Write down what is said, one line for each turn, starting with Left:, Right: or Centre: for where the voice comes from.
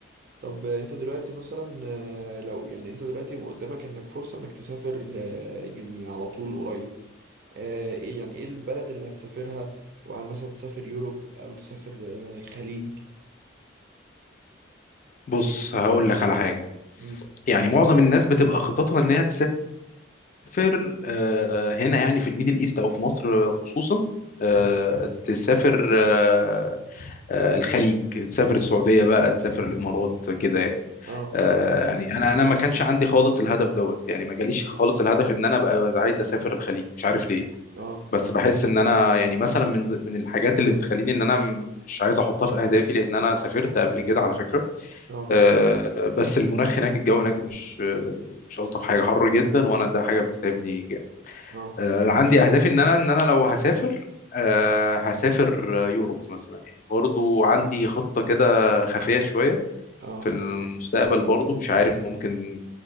Right: طب انت دلوقتي مثلا آه، لو يعني انت دلوقتي قدامك انك فرصة انك تسافر آه، يعني على طول قريب آه، ايه يعني ايه البلد اللي هتسافرها وهل مثلا تسافر يوروب او تسافر آه، الخليج
Left: بص هقول لك على حاجة
Right: مم.
Left: يعني معظم الناس بتبقى خططها ان هي تسافر آه، هنا يعني في الميدل ايست او في مصر خصوصا آه،
Right: اه
Left: تسافر آه، آه، الخليج تسافر السعودية بقى تسافر الإمارات كده يعني
Right: اه
Left: آه، يعني أنا أنا ما كانش عندي خالص الهدف دوت يعني ما جاليش خالص الهدف إن أنا أبقى عايز أسافر الخليج مش عارف ليه
Right: اه
Left: بس بحس إن أنا يعني مثلا من ض- من الحاجات اللي بتخليني إن أنا م- مش عايز أحطها في أهدافي لأن أنا سافرت قبل كده على فكرة
Right: اه
Left: آه، بس المناخ هناك الجو هناك مش آه، مش ألطف حاجة حر جدا وأنا ده حاجة بتتعبني
Right: اه
Left: آه، عندي اهدافي ان انا ان انا لو هسافر آه، هسافر يوروب مثلا يعني برضو عندي خطة كده خفية شوية
Right: اه
Left: في المستقبل برضو مش عارف ممكن